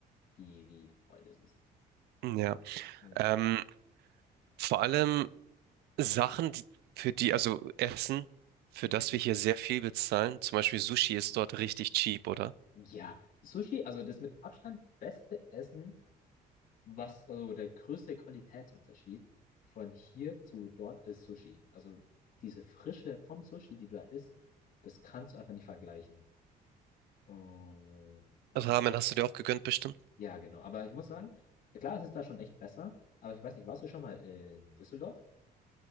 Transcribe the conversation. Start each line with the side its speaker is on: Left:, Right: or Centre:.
Left: wie, wie voll das ist.
Right: Ja.
Left: Ja.
Right: Ähm, vor allem Sachen, die, für die, also Essen, für das
Left: Mhm.
Right: wir hier sehr viel bezahlen. Zum Beispiel Sushi ist dort richtig cheap, oder?
Left: Ja, Sushi, also das mit Abstand beste Essen, was, also der größte Qualitätsunterschied von hier zu dort ist Sushi. Also diese Frische vom Sushi, die da ist, das kannst du einfach nicht vergleichen. Und ja,
Right: Also Ramen hast du dir auch gegönnt, bestimmt?
Left: ja, genau. Aber ich muss sagen, klar, es ist da schon echt besser, aber ich weiß nicht, warst du schon mal in Düsseldorf?